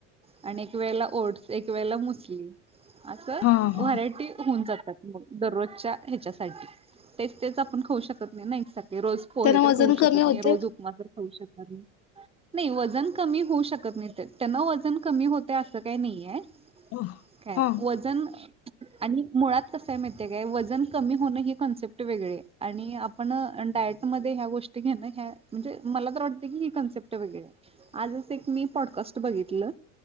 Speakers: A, on the right; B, on the left.
A: आणि एक वेळेला ओट्स एक वेळेला मुसली असं
B: हा हा
A: व्हरायटी होऊन जातात दररोजच्या ह्याच्या तेच तेच आपण खाऊ शकत नाही ना एकसारखेच रोज पोहे
B: त्यांना
A: तर
B: वजन
A: खाऊ
B: कमी
A: शकत
B: होते
A: नाही रोज उपमा तर खाऊ शकत नाही. नाही वजन कमी होऊ शकत नाही त्यांना वजन कमी होते असं काही नाहीय.
B: हा
A: काय
B: हा
A: वजन आणि मुळात कसंय माहिती आहे का वजन कमी होणं हे कॉन्सेप्ट वेगळे आणि आपण डायट मध्ये ह्या गोष्टी घेणं ह म्हणजे मला तर वाटते की ही कन्सेप्ट आजच एक मी पॉडकास्ट बघितलं,